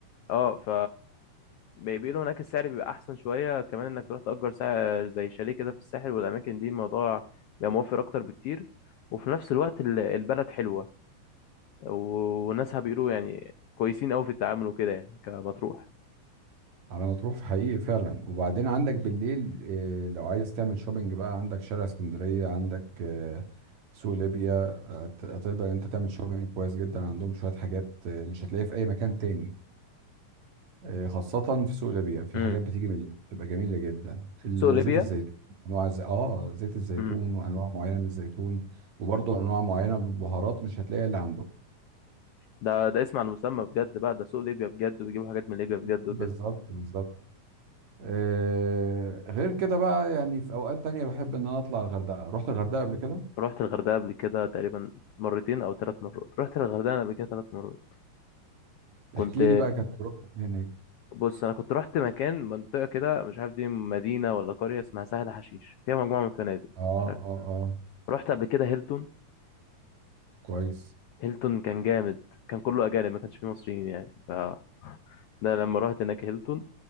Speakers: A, on the left (about 80°); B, on the right (about 60°).
A: اه ف بي- بيقولوا هناك السعر بيبقى أحسن شوية كمان إنك تروح تأجر سعر زي شاليه كده في الساحل والأماكن دي الموضوع بيبقى موفر أكتر بكتير وفي نفس الوقت ال- البلد حلوة و- وناسها بيقولوا يعني كويسين أوي في التعامل وكده يعني كمطروح
B: على ما تروح في حقيقي فعلا وبعدين عندك بالليل إيه لو عايز تعمل شوبينج بقى عندك شارع اسكندرية عندك آه، سوق ليبيا آه، هت- هتقدر انت تعمل شوبينج كويس جدا عندهم شوية حاجات آه، مش هتلاقيها في اي مكان تاني آه، خاصة في سوق الأبيع في
A: امم
B: حاجات بتيجي من بتبقى جميلة جدا ال-
A: سوق ليبيا
B: زيت الزيتون أنواع ز... آه زيت الزيتون
A: امم
B: وأنواع معينة من الزيتون وبرضه أنواع معينة من البهارات مش هتلاقيها اللي عنده
A: ده ده اسم على المسمى بجد بقى ده سوق ليبيا بجد ويجيبوا حاجات من ليبيا بجد
B: بالظبط
A: وكده
B: بالظبط آه غير كده بقى يعني في أوقات تانية بحب إن أنا أطلع الغردقة رحت الغردقة قبل كده
A: رحت الغردقة قبل كده تقريبا مرتين أو ثلاث مرات رحت الغردقة قبل كده ثلاث مرات كنت
B: احكي لي بقى كانت تجربتك هناك
A: بص أنا كنت رحت مكان منطقة كده مش عارف دي مدينة ولا قرية اسمها سهل حشيش فيها مجموعة من الفنادق
B: آه آه
A: مش عارف
B: آه
A: رحت قبل كده هيلتون
B: كويس
A: هيلتون كان جامد كان كله أجانب ما كانش فيه مصريين يعني ف <laughs> ده لما رحت هناك هيلتون